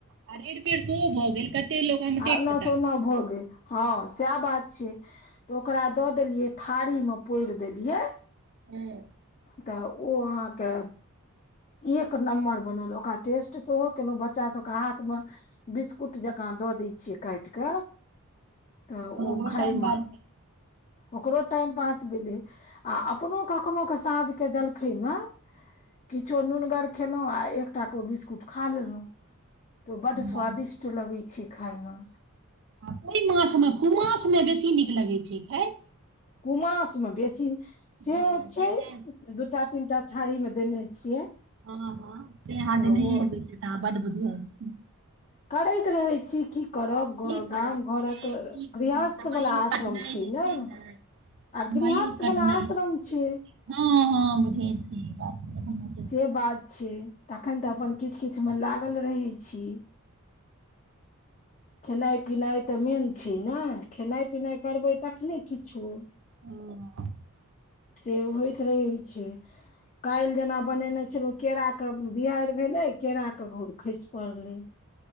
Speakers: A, on the right (about 55°); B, on the left (about 30°).
A: आ रेड पेड़ सेहो भऽ गेल कते लोक आमटे
B: आ ओना
A: खेता
B: से ओना भऽ गेल हँ सैह बात छै तऽ ओकरा दऽ देलियै थारी मऽ पोड़ि देलियै
A: हुँ
B: तऽ ओ अहाँके एक नम्बर बनल ओकरा टेस्ट सेहो केलहुँ बच्चा सभके हाथ मऽ बिस्कुट जकाँ दऽ दै छियै काटि कऽ तऽ ओ
A: ओकरो
B: खाय
A: टाइम
B: मऽ
A: पास भेल
B: ओकरो टाइम पास भेलै आ अपनो कखनो के साँझके जलखै मऽ किछो नुनगर खेलहुँ आ एकटा केऽ ओ बिस्कुट खा लेलहुँ तऽ ओ बड स्वादिष्ट
A: वाह
B: लगै छै खाय मऽ
A: आ ओहि मासमे कुमासमे बेसी नीक लगैत छै खाय
B: कुमासमे बेसी से
A: हँ
B: छै
A: जैसे
B: दू टा तीन टा थारी मे देने छियै
A: हँ हँ से आहाँ
B: तऽ
A: देनैये
B: ओ
A: हेबैय से तऽ आहाँ बड बधियार छी
B: करैत रहै छी की करब
A: की करब
B: गाम घरक
A: यै की
B: गृहस्थ
A: कहू समयो
B: वाला आश्रम
A: कटनाइ
B: छै
A: जे
B: नऽ
A: ने समयो
B: आ गृहस्थ
A: कटनाइ
B: बला आश्रम छै
A: हँ हँ बुझै छी ई बात तऽ हमहूँ
B: से बात छै तखैन तऽ अपन किछ किछ मे लागल रहै छी खेनाई पिनाई तऽ मेन छै ने खेनाई पिनाई करबै तखने ठीक छो
A: हँ
B: से होइत रहै छै काल्हि जेना बनेने छलो केरा के बिहड़ि भेले केरा के घौर खैस परलै